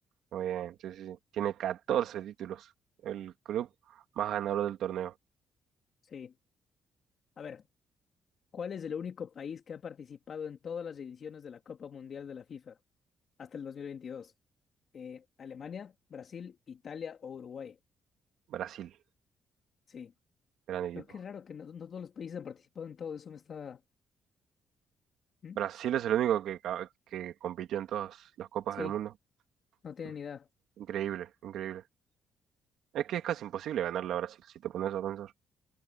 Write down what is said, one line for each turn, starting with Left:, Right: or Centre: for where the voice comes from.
Right: Muy bien, sí, sí. sí. Tiene 14 títulos. El club más ganador del torneo.
Left: Sí. A ver. ¿Cuál es el único país que ha participado en todas las ediciones de la Copa Mundial de la FIFA hasta el 2022? Eh, Alemania, Brasil, Italia o Uruguay.
Right: Brasil,
Left: Sí,
Right: gran equipo.
Left: pero qué raro que no, no todos los países han participado en todo eso. Me estaba. ¿Mm?
Right: Brasil es el único que, ca- que compitió en todas las copas
Left: Sí,
Right: del mundo.
Left: no tienen
Right: Mm,
Left: ni idea.
Right: Increíble, increíble. Es que es casi imposible ganarle a Brasil, si te pones a pensar.